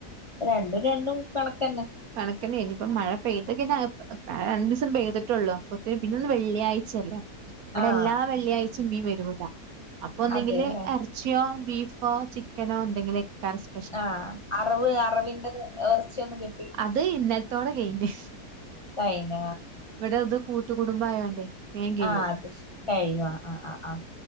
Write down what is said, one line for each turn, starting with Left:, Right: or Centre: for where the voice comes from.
Left: രണ്ടും രണ്ടും കണക്കന്നെ
Right: കണക്കെന്നേ ഇഞ്ഞീപ്പോ മഴ പെയ്ത് കഴിഞ്ഞാ അഹ് രണ്ടൂസം പെയ്തിട്ടേള്ളൂ. ഒത്തിരി പിന്നൊന്ന് വെള്ളിയാഴ്ചല്ലേ ഇവിടെ
Left: ആഹ്
Right: എല്ലാ വെള്ളിയാച്ചേം മീൻ വരൂല അപ്പൊ ഒന്ന്ങ്കില്
Left: അതെല്ലേ
Right: എറച്ചിയോ ബീഫോ ചിക്കനോ എന്തെങ്കിലൊക്കെ കറി സ്
Left: ആഹ് അറവ് അറവിന്റെത് എറച്ചിയൊന്നും കിട്ട്
Right: അത് ഇന്നലത്തോടെ കഴിഞ്ഞു
Left: കൈന
Right: ഇവ്ടെ അത് കൂട്ടുകുടുംബായോണ്ടേ വേം കഴിയും
Left: ആഹ് അത് ശ് കഴിഞ്ഞൊ ആഹ് ആഹ് ആഹ് ആഹ്